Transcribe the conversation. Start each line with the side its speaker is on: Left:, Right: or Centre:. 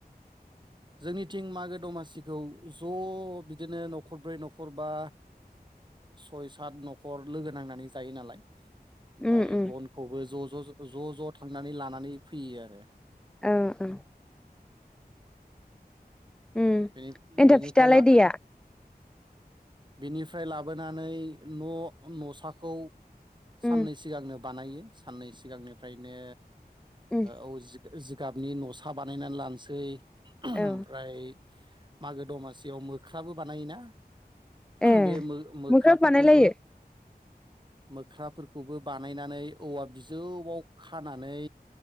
Right: जोंनिथिं मागो दमासिखौ ज' बिदिनो न'खर ब्रै न'खर बा सय सात न'खर लोगो नांनानै जायो नालाय। ओमफाय
Centre: उम उम
Right: बनखौबो ज' ज' ज' ज' थांनानै लानानै फैयो आरो।
Centre: औ औ। ओम
Right: बेनि
Centre: एन्थाब
Right: बेनिफ्राय
Centre: फिथालाय
Right: ला
Centre: देया?
Right: बेनिफ्राय लाबोनानै न' न'साखौ साननै
Centre: उम
Right: सिगांनो बानायो साननै सिगांनिफ्रायनो
Centre: उम
Right: ओ औ जि जिगाबनि न'सा बानायनानै लानोसै ओमफ्राय
Centre: औ
Right: मागो दमासियाव मोख्राबो बानायोना
Centre: ए
Right: बे मोख मोख्राफोरखौबो
Centre: मोख्राब बानायलायो
Right: मोख्राफोरखौबो बानायनानै औवा बिजौआव खानानै